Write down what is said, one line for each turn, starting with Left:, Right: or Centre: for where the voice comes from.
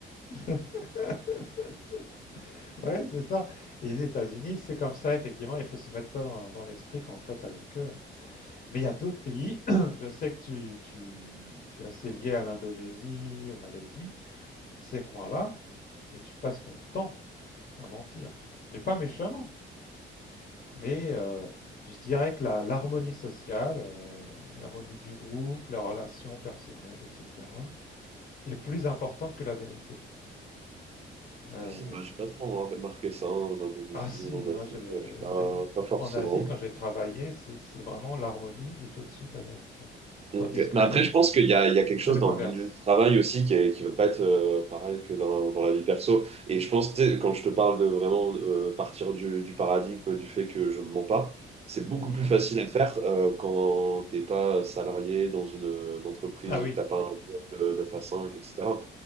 Left: <laughs> Ouais, c'est ça. Et les États-Unis, c'est comme ça, effectivement, il faut se mettre ça dans, dans l'esprit quand on traite avec eux. Mais il y a d'autres pays, <clears throat> je sais que tu, tu, tu es assez lié à l'Indonésie, au Malaisie, ces coins-là, mais tu passes ton temps à mentir. Mais pas méchamment. Mais euh, je dirais que la- l'harmonie sociale, euh, l'harmonie du groupe, la relation personnelle, etc., est plus importante que la vérité. Euh,
Right: Je sais pas, j'ai pas trop hein, remarqué ça en Indonésie
Left: Ah si,
Right: ou en Asie,
Left: moi je,
Right: euh, je sais pas,
Left: j'ai-
Right: pas forcément.
Left: en Asie, quand j'ai travaillé, c'est c'est vraiment l'harmonie est au-dessus de la vérité.
Right: Donc,
Left: Tandis que
Right: Mais
Left: nous,
Right: après, je pense qu'il y a, il y a quelque chose
Left: c'est le
Right: dans
Left: converse.
Right: le milieu du travail aussi qui est, qui va pas être euh, pareil que dans, dans la vie perso. Et je pense, tu sais, quand je te parle de vraiment euh, partir du, du paradigme euh, du fait que je ne mens pas, c'est beaucoup
Left: Mhm.
Right: plus facile à faire euh, quand t'es pas salarié dans une, une entreprise
Left: Ah oui.
Right: où t'as pas un job euh, de 9 à 5, etc.